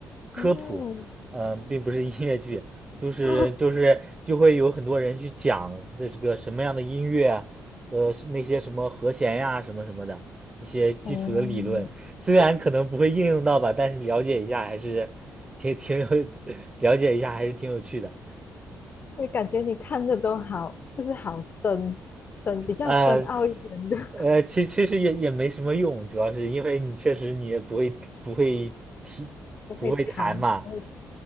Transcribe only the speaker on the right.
科普，
嗯、并不是音乐剧，就是就是就会有很多人去讲的这个什么样的音乐啊，
呃，是那些什么和弦呀，什么什么的一些基础的理论，
虽然可能不会应用到吧，但是了解一下还是挺挺有 <laughs> 了解一下还是挺有趣的。
呃
呃，其其实也也没什么用，主要是因为你确实你也不会不会踢不会弹嘛，